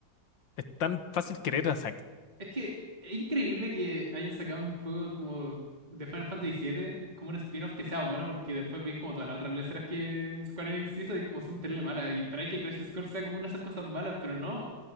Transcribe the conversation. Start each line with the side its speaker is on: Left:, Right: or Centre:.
Left: Es tan fácil querer a Zack.
Right: Es que es increíble que hayan sacado un juego como de Final Fantasy VII, como un spin-off que sea bueno, porque después veis como todas las otras letras que Square Enix hizo y como son terrible malas. Y esperáis que Crisis Core sea como una de esas cosas malas, pero no.